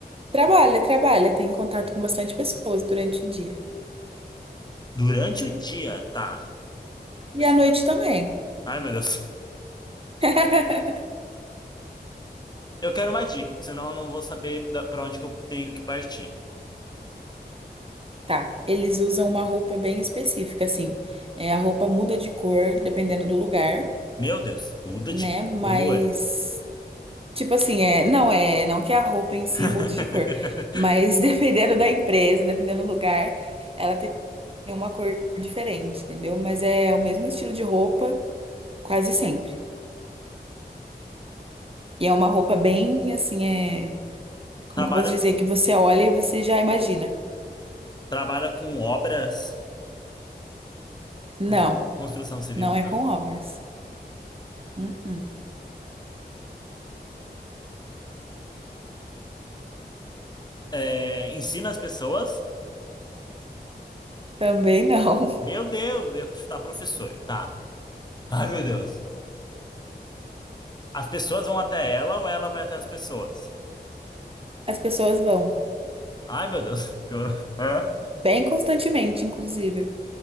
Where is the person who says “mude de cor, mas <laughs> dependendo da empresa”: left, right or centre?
Right